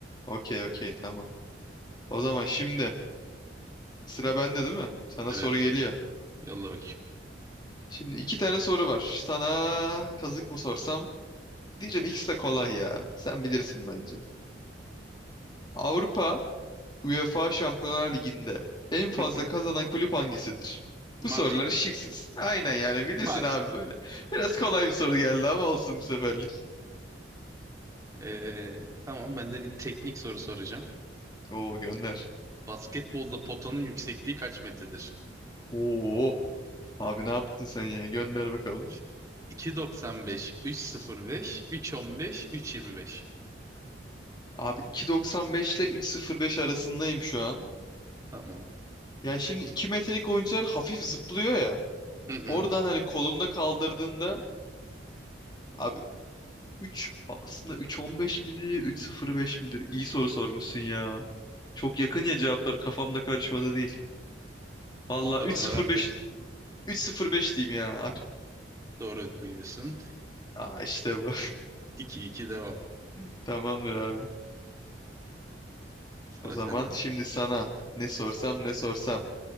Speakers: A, on the left (about 25°); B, on the right (about 20°).
A: Okey okey tamam. O zaman şimdi sıra bende değil mi? Sana
B: Evet.
A: soru geliyor.
B: Yolla bakayım.
A: Şimdi iki tane soru var. Sana kazık mı sorsam? Diyeceğim ikisi de kolay ya. Sen bilirsin bence. Avrupa UEFA Şampiyonlar Ligi'nde en fazla
B: Hı hı.
A: kazanan kulüp hangisidir? Bu soruları
B: Madrid.
A: şıksız. Aynen yani bilirsin
B: Madrid.
A: abi böyle. Biraz kolay bir soru geldi ama olsun bu seferlik.
B: Ee, tamam ben de bir teknik soru soracağım.
A: Oo gönder.
B: Basketbolda potanın yüksekliği kaç metredir?
A: Oo. Abi ne yaptın sen ya? Gönder bakalım.
B: <laughs> 2.95, 3.05, 3.15, 3.25.
A: Abi 2.95 ile 3.05 arasındayım şu an.
B: Tamam.
A: Yani şimdi 2 metrelik oyuncular hafif zıplıyor ya.
B: Hı hı.
A: Oradan hani kolunda kaldırdığında abi 3 aslında 3.15 midir 3.05 midir? İyi soru sormuşsun ya. Çok yakın ya cevaplar kafamda karışmadı değil. Valla
B: Onlar
A: 3.05
B: onlar artık
A: 3.05 diyeyim ya. Ak-
B: doğru biliyorsun.
A: Aa işte bu.
B: 2-2 devam.
A: <laughs> Tamamdır abi.
B: Sıra
A: O zaman
B: sende. abi.
A: şimdi sana ne sorsam ne sorsam.